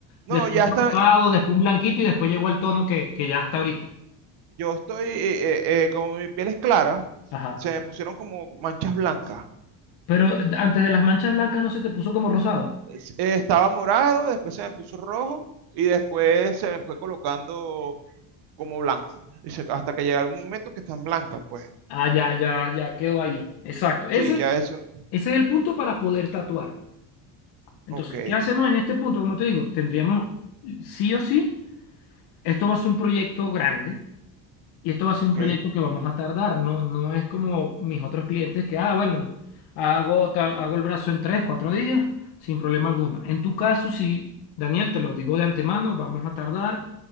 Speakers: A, on the right; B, on the left.
A: No,
B: después
A: ya
B: un
A: está,
B: rosado, después un blanquito y después llegó al tono que, que ya está ahorita.
A: Yo estoy, eh, eh, eh, como mi piel es clara,
B: Ajá.
A: se me pusieron como manchas blancas.
B: Pero antes de las manchas blancas no se te puso como rosado.
A: Es- eh, estaba morado, después se me puso rojo y después se me fue colocando como blanco. Y se- hasta que llegaron un momento que están blancas, pues.
B: Ah, ya, ya, ya quedó ahí. Exacto. Ese
A: Sí, ya eso.
B: Ese es el punto para poder tatuar. Entonces,
A: Ok,
B: ¿qué hacemos en este punto? Como te digo, tendríamos, sí o sí, esto va a ser un proyecto grande y esto va a ser
A: ok.
B: un proyecto que vamos a tardar. No, no es como mis otros clientes que, ah, bueno, hago, tal- hago el brazo en tres, cuatro días, sin problema alguno. En tu caso, sí, Daniel, te lo digo de antemano, vamos a tardar,